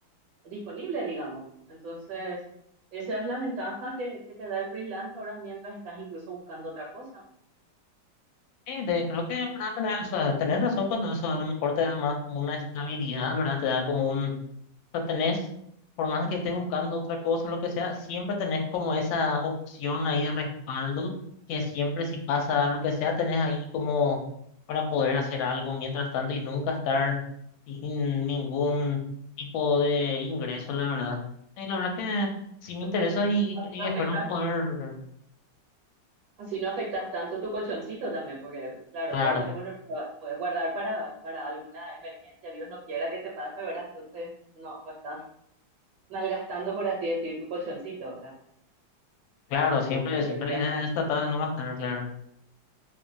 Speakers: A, on the right (about 70°); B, on the left (about 80°).
A: disponible, digamos. Entonces, esa es la ventaja que, que te da el freelance ahora mientras estás incluso buscando otra cosa.
B: Sí, de, creo que en verdad tenés, o sea, tenés razón cuando eso a lo mejor te da más como una estabilidad, ¿verdad? Te da como un, o sea, tenés, por más que estés buscando otra cosa, lo que sea, siempre tenés como esa opción ahí de respaldo, que siempre si pasa lo que sea, tenés ahí como para poder hacer algo mientras tanto y nunca estar sin ningún tipo de ingreso, la verdad. Y la verdad que sí me
A: Así,
B: interesa y,
A: así
B: y
A: no
B: espero
A: afectas,
B: poder,
A: así no afectas tanto tu colchoncito también, porque claro,
B: claro,
A: todos tenemos, nuestro- puedes guardar para, para alguna emergencia, Dios no quiera que te pase, ¿verdad? Entonces, no, no estás malgastando, por así decir, tu colchoncito, ¿verdad?
B: claro,
A: Tu
B: siempre,
A: estabilidad
B: siempre la idea
A: financiera.
B: es tratar de no gastar, claro.